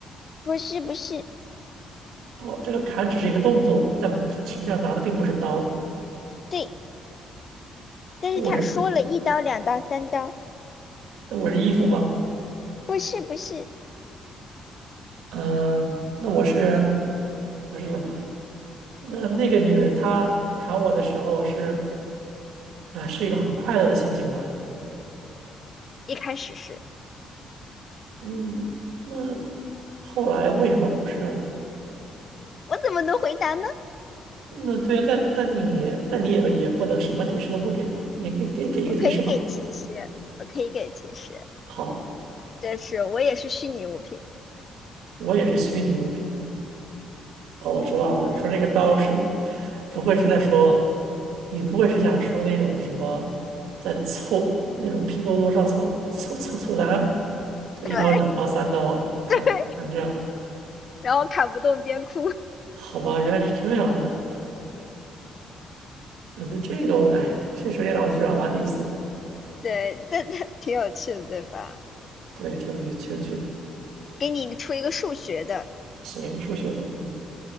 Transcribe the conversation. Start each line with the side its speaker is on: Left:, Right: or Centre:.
Left: 不是，不是，
Right: 哦，这个砍只是一个动作，但实际上拿的并不是刀。
Left: 对，但是他说了一刀、
Right: 那我是
Left: 两刀、三刀，
Right: 那我是衣服吗？
Left: 不是，不是，
Right: 嗯，那我是我是什么？那那个女人她砍我的时候是啊，是一种很快乐的心情吧？
Left: 一开始是
Right: 嗯，那后来为什么不是了呢？
Left: 我怎么能回答呢？
Right: 那对啊，但但你但你也也不能什么提示都不给吧？你你给给一个提示吧。
Left: 我可以给提示，我可以给提示，
Right: 好啊，
Left: 这是我也是虚拟物品，
Right: 我也是虚拟物品。哦，我知道了，你说这个刀是，不会是在说，你不会是想说那种什么，在凑那种拼多多上凑凑凑凑单，
Left: <laughs>
Right: 就一刀、
Left: 对
Right: 两刀、三刀砍砍这样的，
Left: 对，然后砍不动边哭。
Right: 好吧，原来是这样的，嗯那这个我哎，确实有点脑筋急转弯的意思了，
Left: 对，但它挺有趣的，对吧？
Right: 对，挺有意挺有趣的。
Left: 给你出一个数学的，
Right: 行，数学的，嗯，